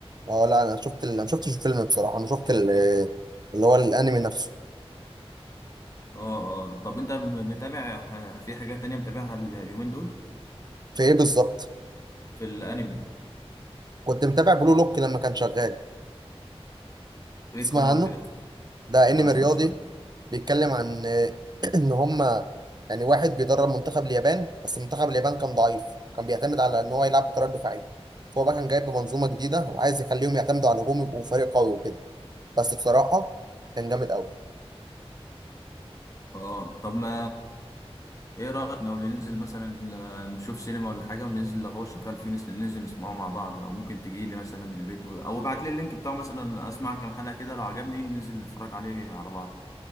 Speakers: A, on the right; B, on the left.
A: اه لا انا شفت ال... انا شفتش الفيلم بصراحه انا شفت ال... اللي هو الانمي نفسه
B: اه اه طب انت متابع ح- في حاجات تانية متابعها ال- اليومين دول
A: في ايه بالظبط
B: في الانمي
A: كنت متابع بلو لوك لما كان شغال
B: ايه
A: تسمع
B: كرولوك
A: عنه
B: كده لا
A: ده انمي
B: انا ما سمعتش
A: رياضي
B: عنه
A: بيتكلم عن آه، <clears throat> ان هما يعني واحد بيدرب منتخب اليابان بس منتخب اليابان كان ضعيف كان بيعتمد على ان هو يلعب بطريقه دفاعيه فهو بقى كان جايب منظومه جديده وعايز يخليهم يعتمدوا على الهجوم يبقوا فريق قوي وكده بس بصراحه كان جامد قوي
B: اه طب ما ايه رأيك لو ننزل مثلا ل- نشوف سينما ولا حاجة وننزل لو هو شغال فيه نس- ننزل نسمعه مع بعض او ممكن تجي لي مثلا البيت و- او ابعت لي اللينك بتاعه مثلا اسمع كام حلقة كده لو عجبني ننزل نتفرج عليه على بعض